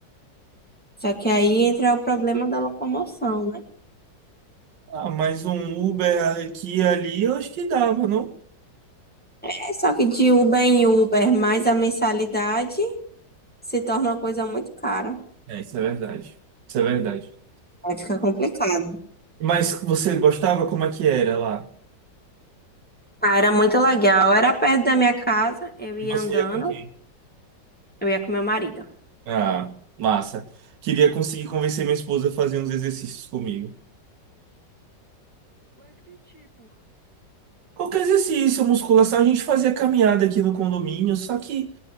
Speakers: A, in the centre; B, on the right.
A: só que aí entra o problema da locomoção, né?
B: Ah, mais um Uber aqui e ali, eu acho que dava, não?
A: É só que de Uber em Uber, mais a mensalidade se torna uma coisa muito cara.
B: É, isso é verdade. Isso é verdade.
A: Aí fica complicado.
B: Mas você gostava? Como é que era lá?
A: Ah, era muito legal. Era perto da minha casa, eu
B: E
A: ia
B: você
A: andando,
B: ia com quem?
A: eu ia com meu marido.
B: Ah, massa. Queria conseguir convencer minha esposa a fazer uns exercícios comigo. Qualquer exercício, musculação, a gente fazia caminhada aqui no condomínio, só que